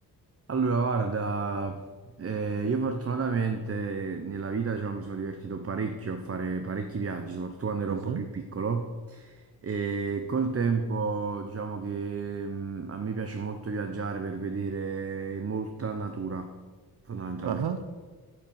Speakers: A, on the right; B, on the right.
A: Allora guarda, eh, io fortunatamente nella vita diciamo, mi sono divertito parecchio a fare parecchi viaggi, soprattutto quando ero
B: Mhm.
A: un po' più piccolo e col tempo diciamo che mm, a me piace molto viaggiare per vedere molta natura, fondamentalmente.
B: Ah ah.